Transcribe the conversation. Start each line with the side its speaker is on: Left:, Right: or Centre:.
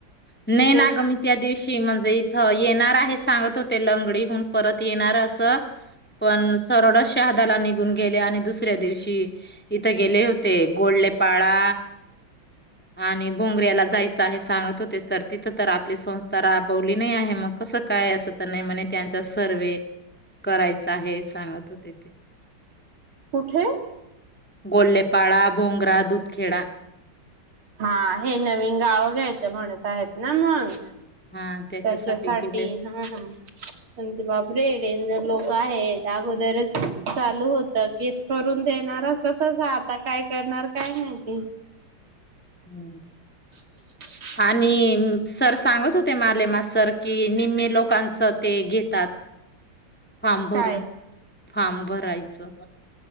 Centre: नाही
Right: ते
Centre: ना गं. मी त्या दिवशी, म्हणजे इथं येणार आहे. सांगत होत ते लंगडीहून परत येणार असं. पण सरडश शहादाला निघून गेल्या आणि दुसऱ्या दिवशी इथं गेले होते. गोडले पाळा आणि बुंगऱ्याला जायचं आहे सांगत होते, सर. तिथं तर आप ली संस्था राबवली नाही, आहे. मग कसं काय, असं? तर नाही म्हणे, त्यांचा सर्वे करायचा आहे. सांगत होते ते.
Right: कुठे?
Centre: गोल्लेपाळा, बोंगरा, दूधखेडा.
Right: हा, हे नवीन गावं घ्यायचं, म्हणत आहेत ना. मग
Centre: हा
Right: त्याच्यासाठी,
Centre: गेले असतील.
Right: ह. पण ते, बाप रे! डेनजर लोक आहेत, अगोदरच. चालू होतं. केस करून देणार. असं - तसं. आता काय करणार, काय माहिती?
Centre: हम्म.
Right: <inaudible>
Centre: आणि सर सांगत होते, मालेमा सर की, निम्मे लोकांचं ते घेतात. फार्म भरून.
Right: काय
Centre: फार्म भरायचं.